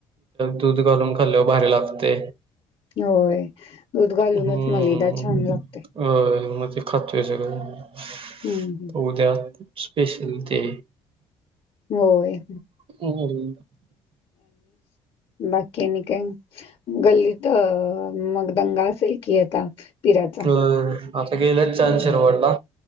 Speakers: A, on the right; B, on the left.
A: दूध घालून खाल्लंवर भारी लागते
B: होय. दूध घालूनच
A: हम्म
B: मलिदा छान लागते.
A: अ म खातो आहे सगं
B: हं, हं.
A: उद्या स्पेशल ते
B: होय
A: हम्
B: बाकीनी काय गल्ली तर मग दंगा असेल की आता पिराचा?
A: अ आता गेलेच छान
B: हं,
A: शिरवडला